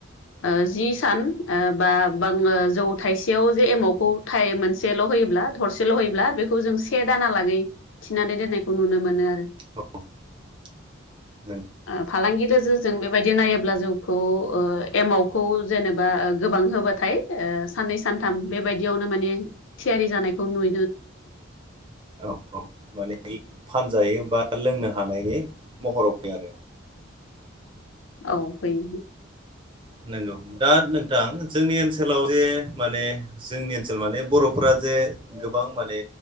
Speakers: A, on the left; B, on the right.
A: ओ-जि सान ओ-बा ब जौ थाइसेयाव जे एमावखौ मोनसेल' होयो- ब्ला थरसेल' हैैयोब्ला बेखौ जों से दानालागै थिनानै दोननायखौ नुनो मोनो आरो।
B: <unintelligible>
A: ओ-फालांगि जों बेबायदि नायोब्ला जोंखौ। एमावखौ जेनेबा गोबां होबाथाय साननै सानथाम बेबायदियावनो माने- थियारि जानायायखौ नु-
B: औ औ माने फानजायो बा- लोंनो हानायनि महराव फैयो आरो।
A: औ फैयो
B: नंगौ दा नोंथां। जोंनि ओनसोलाव जे माने जोंनि ओनसोलाव माने बर'फ्रा जे गोबां माने